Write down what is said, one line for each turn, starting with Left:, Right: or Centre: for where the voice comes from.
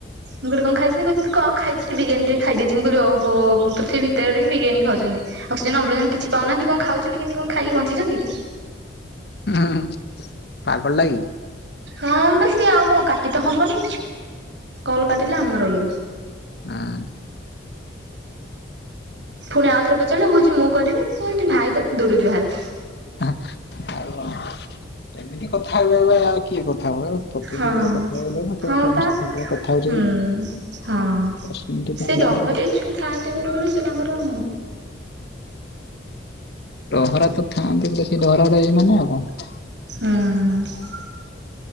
Right: ମୁଁ ଗୋଟେ କଣ ଖାଇଛନ୍ତି କହୁଛନ୍ତି କଁ ଖାଇଛି କି ବିରିୟାନି ଟିକେ ଖାଇ ଦେଇଛି ମୁଁ କହିଲି ଓହୋ ପୃଥିବୀ ଭିତରେ ରହିକି ବିରିୟାନୀ ଖାଉଛନ୍ତି‌। ଅକ୍ସିଜେନ ଅମ୍ଳଜନ କିଛି ପାଉନାହାନ୍ତି କଣ ଖାଉଛନ୍ତି କିମତି କଣ ଖାଇକି ବଞ୍ଚିଛନ୍ତି।
Left: ଉଁ ହୁଁ ହୁଁ ପାଗଳ ଟା କିି।
Right: ହଁ ବା ସିଏ ଆଉ କଣ କାଟି ତ ହବନି କଲ୍ କାଟିଲେ ଆମର ଇଏ।
Left: ନାଇଁ ନା।
Right: ପୁଣି ଆଉଥରେ ପଚାରିଲେ କହୁଛି ମୁଁ କରିବି ମୁଁ କହିଲି ଭାଇ ତତେ ଦୁରୁ ଜୁହାର।
Left: ଆଉ କଣ ଏମିତି କଥା ହବେ ଆଉ କିଏ କଥା ହବ। ପଦେ
Right: ହଁ
Left: ଦି ପଦ କଥା ହେଇଗଲ ବୋଲି
Right: ହଁ
Left: କଣ
Right: ପା
Left: ତମେ କଣ କଥା ହଉଛଯେ।
Right: ହୁଁ ହଁ ସେ ଡହରିଆ
Left: <unintelligible>
Right: ଛୁଆ ଥାଆନ୍ତି ଗୋଟେ ଗୋଟେ ସେ ତାଙ୍କର।
Left: ଡହରା ତ ଥାଆନ୍ତି ବୋଲେ ସେଇ ଡହରାଡା ଟା ଏଇ ମାନେ ଆଉ କଣ।
Right: ହଁ।